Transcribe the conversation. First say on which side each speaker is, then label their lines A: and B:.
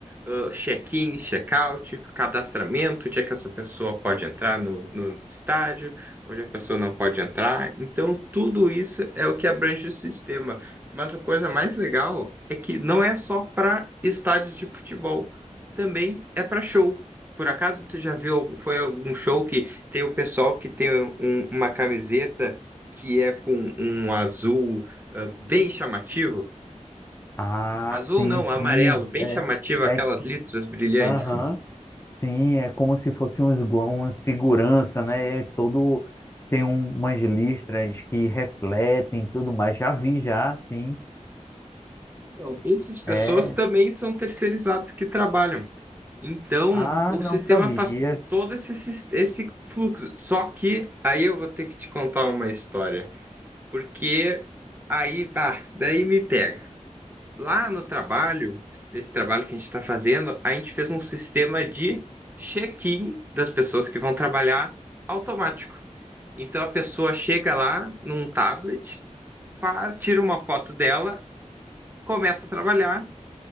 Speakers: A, on the right; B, on the left.
A: ah, check-in, check-out, cadastramento, onde é que essa pessoa pode entrar no, no estádio, onde a pessoa não pode entrar. Então, tudo isso é o que abrange o sistema. Mas a coisa mais legal é que não é só para estádios de futebol, também é para show. Por acaso tu já viu, foi algum show que tem o pessoal que tem um- uma camiseta que é com um azul ah, bem chamativo.
B: Ah,
A: Azul
B: sim,
A: não,
B: sim.
A: amarelo, bem
B: É,
A: chamativo, aquelas
B: é,
A: listras brilhantes.
B: aham, sim, é como se fosse um, esgo- um segurança, né? É todo, tem um, umas listras que refletem e tudo mais. Já vi, já, sim.
A: Então, essas pessoas
B: É,
A: também são terceirizadas que trabalham. Então,
B: ah,
A: o
B: não
A: sistema
B: sabia.
A: faz todo esse, sis- esse fluxo. Só que aí eu vou ter que te contar uma história, porque aí, ah, daí me pega. lá no trabalho, nesse trabalho que a gente está fazendo, a gente fez um sistema de check-in das pessoas que vão trabalhar automático. Então a pessoa chega lá num tablet, faz, tira uma foto dela, começa a trabalhar,